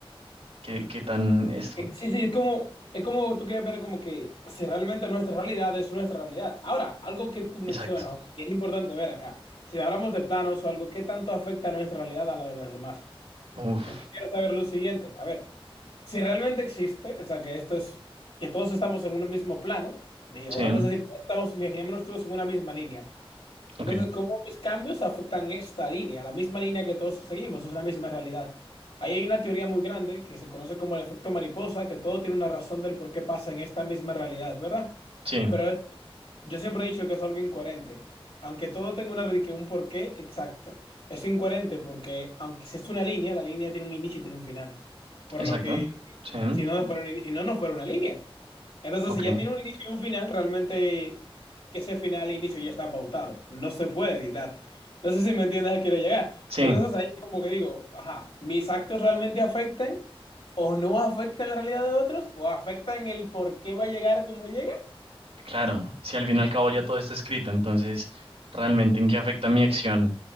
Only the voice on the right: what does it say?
¿Qué, qué tan esto?
Exacto.
Uf,
sí,
ok,
sí,
exacto,
sí,
ok,
sí,
claro, si al fin y al cabo ya todo está escrito, entonces, ¿realmente en qué afecta mi acción